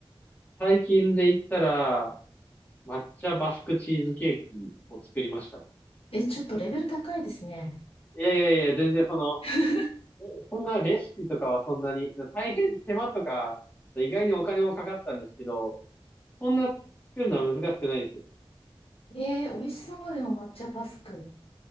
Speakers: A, on the left; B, on the left.
A: 最近で言ったら、抹茶バスクチーズケーキを作りましたね
B: え、ちょっとレベル高いですね。
A: いやいやいや、全然その、
B: <laughs>
A: おそんなレシピとかはそんなに、大変手間とか、意外にお金もかかったんですけど、そんな作るのは難しくないですよ。
B: えー、美味しそうでも抹茶バスク。